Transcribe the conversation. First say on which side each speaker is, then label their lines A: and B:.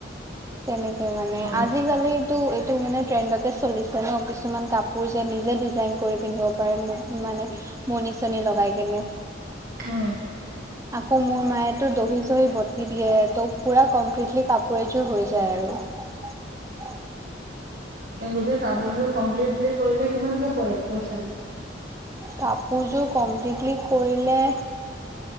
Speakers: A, on the right; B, on the right.
A: তেনেকে মানে,
B: অ', অ',
A: আজিকালিটো এইটো মানে ট্ৰেণ্ডতে চলিছে ন কিছুমান কাপোৰ যে--নি নিজে ডিজাইন কৰি পিন্ধিব পাৰে, মো মানে মনি চনি লগাই কেনে।
B: উম।
A: আকৌ মোৰ মায়েটো দহি চহি বতি দিয়ে। ত' পুৰা কমপ্লিটলি কাপোৰ এযোৰ হৈ যায়। যাই আৰু।
B: এই গোটেই কাপোৰযোৰ কমপ্লিটলি কৰিলে, কিমানকে পৰে পইচাটো?
A: কাপোৰযোৰ কমপ্লিটলি কৰিলে